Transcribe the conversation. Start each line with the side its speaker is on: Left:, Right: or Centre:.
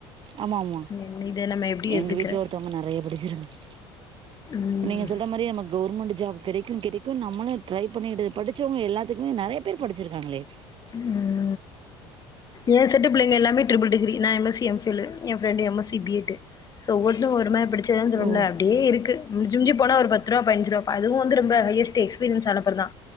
Right: ஆமாம்மா
Left: என்ன இத நம்ம எப்டி
Right: எங்க
Left: ஏத்துக்க
Right: வீட்லயு ஒருத்தவங்க நறைய படிச்சிருக்
Left: ம்
Right: நீங்க சொல்ற மாரி நமக் கவுர்மண்ட் ஜாப் கிடைக்கு கிடைக்கு நம்மளு ட்ரை பண்ணிடு படிச்சவங்க எல்லாத்துக்குமே நறைய பேர் படிச்சிருக்காங்களே
Left: ம் என் செட்டு பிள்ளைங்க எல்லாமே ட்ரிபிள் டிகிரி நா M S C M phil லு ஏ friend M S C B ed so ஒவ்வொருத்தரு ஒருமாதிரி படிச்சோ அதா சொல்ல
Right: ஓ
Left: முல்ல அப்டியே இருக்கு மிஞ்சி மிஞ்சி போனா ஒரு பத்துரூபா பதினஞ்சுரூபா அதுவு வந்து ரொம்ப ஹையஸ்ட் எக்ஸ்பீரியன்ஸ் ஆன அப்றதா